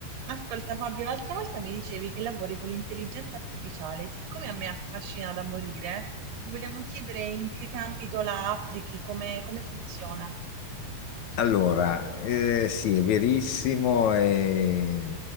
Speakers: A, on the right (about 75°); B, on the left (about 70°).
A: Ascolta Fabio, l'altra volta mi dicevi che lavori con l'intelligenza artificiale, siccome a me affascina da morire, ti volevo chiedere in che ambito la applichi, come, come funziona.
B: Allora, eh, sì, è verissimo, è,